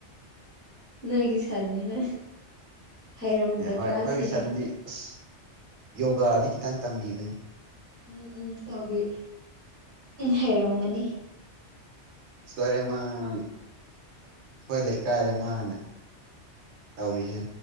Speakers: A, on the left; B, on the right.
A: ꯅꯣꯏꯒꯤ ꯁꯟꯅꯤꯅꯦ ꯍꯩꯔꯝꯒꯗ꯭ꯔꯥ
B: ꯑꯦ ꯍꯣꯏ ꯑꯩꯈꯣꯏꯒꯤ
A: ꯁꯤꯅꯤ
B: ꯁꯟꯗꯤ ꯑꯁ ꯌꯣꯒꯥꯗꯤ ꯈꯤꯇꯪ ꯇꯝꯕꯤꯕꯅꯦ
A: ꯎꯝ ꯎꯝ ꯇꯧꯕꯤ ꯍꯩꯔꯝꯒꯅꯤ
B: ꯁꯃ ꯑꯩꯈꯣꯏ ꯂꯩꯀꯥꯏꯗ ꯃꯥꯅ ꯇꯧꯔꯤꯁꯦ